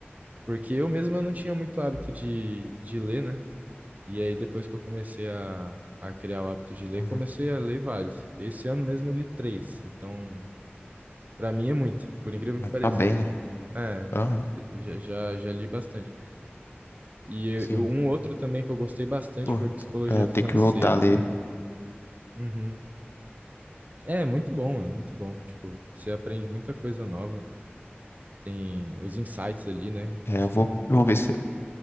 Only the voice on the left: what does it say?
Uhum.
Mas
Tá bem, né?
Aham,
Sim.
Pô,
é, eu
tenho que voltar ali.
É,
eu vou, eu vou ver se,